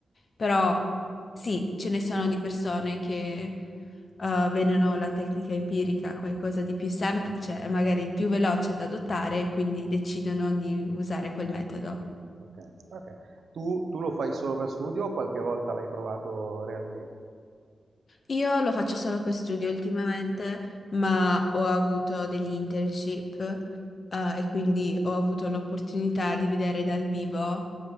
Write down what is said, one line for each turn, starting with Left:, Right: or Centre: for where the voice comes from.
Left: Però sì, ce ne sono di persone che eh, vedono la tecnica empirica qualcosa di più semplice e magari più veloce da adottare, quindi decidono di usare quel metodo.
Right: ok. ok. Tu, tu lo fai solo per studio o qualche volta l'hai provato realmente?
Left: Io lo faccio solo per studio ultimamente, ma ho avuto degli internship, eh, e quindi ho avuto l'opportunità di vedere dal vivo,